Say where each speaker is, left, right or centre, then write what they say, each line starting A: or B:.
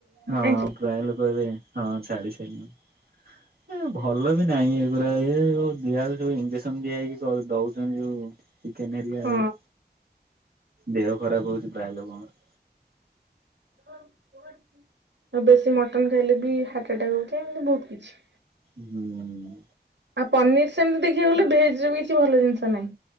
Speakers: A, on the right; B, on the right.
A: ହଁ
B: ଆଇଁସ
A: ପ୍ରାୟ ଲୋକ ଏବେ ହଁ ଛାଡି ସାରିଲେଣି। ଏ ଭଲ ବି ନାହିଁ ଏଗୁୁରା ଏ ଦିଆ ହଉଛି ସବୁ ଇଞ୍ଜେକ୍ସନ ଦିଆ ହେଇକି ଦଉଛନ୍ତି ଯୋଉ ଚିକେନ ହେରିଆ
B: ହଁ
A: ଆଉ ଦେହ ଖରାପ ହଉଛି ପ୍ରାୟ ଲୋକଙ୍କର।
B: ଆଉ ବେଶୀ ମଟନ ଖାଇଲେ ବି ହାର୍ଟ ଆଟାକ ହଉଚି ଏମତି ବହୁତ କିଛି।
A: ହୁଁ।
B: ଆଉ ପନିର ସେମିତି ଦେଖିବାକୁ ଗଲେ ଭେଜ ବି କିଛି ଭଲ ଜିନିଷ ନାହିଁ